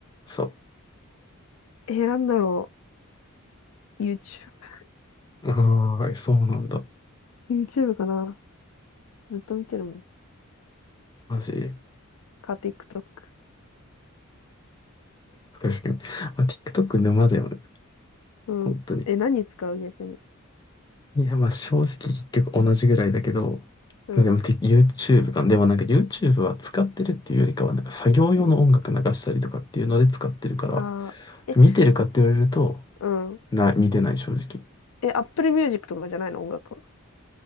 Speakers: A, on the left; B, on the left.
A: そ
B: えー、なんだろう。YouTube、
A: う。ああ、そうなんだ。
B: YouTube かな。ずっと見てるもん。
A: マジ。
B: か、TikTok。
A: 確かに。まあ、TikTok 沼だよね。
B: うん。
A: 本当に。
B: え、何使う逆に。
A: いや、まあ、正直結局同じぐらいだけど、
B: うん、
A: まあでも、て YouTube か。でもなんか YouTube は使ってるっていうよりかは、なんか作業用の音楽流したりとかっていうので使ってるから、
B: うん。あー、え、
A: 見てるかって言われると、
B: うん。
A: な、見てない正直。
B: え、Apple Music とかじゃないの音楽は。